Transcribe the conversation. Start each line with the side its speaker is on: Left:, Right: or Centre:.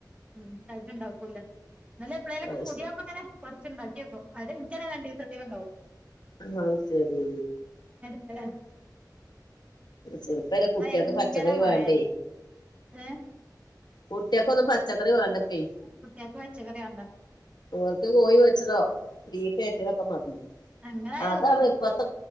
Right: ഉം ഇൻക്കായിട്ട് ഇണ്ടാക്കൂല്ല ന്നാല് എപ്പളെലൊക്കെ
Left: അത്
Right: പൂതിയാവുമ്പം
Left: ശരി
Right: ഇങ്ങനെ കെർച്ണ്ടാക്കിയോക്കും അത് ഇൻക്കെന്നെ രണ്ടീസത്തിന് ഇണ്ടാവും
Left: അഹ് സരീ
Right: അല്ല
Left: ചെൽപ്പൻ്റെ
Right: ഇവിടെ
Left: കുട്ടിയൾക്ക്
Right: ഭയങ്കര
Left: പച്ചക്കറി
Right: മഴേ
Left: വാണ്ടേ
Right: ഏഹ്
Left: കുട്ടിയെക്കൊന്നും പച്ചക്കറി വാണ്ട പ്പെ
Right: കുട്ട്യാക്ക് പച്ചക്കറി വേണ്ട
Left: ഓൽക്ക് കോഴി പൊര്ച്ചദോ ബീഫ് വര്ട്ടിയതൊക്കെ മതി
Right: അങ്ങനായത്
Left: അതാണ്
Right: തിന്നും
Left: ഇപ്പത്ത